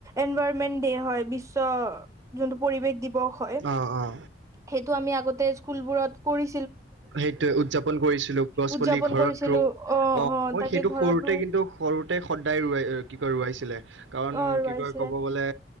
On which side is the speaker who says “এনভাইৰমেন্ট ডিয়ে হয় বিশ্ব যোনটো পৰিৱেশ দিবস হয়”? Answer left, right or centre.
Right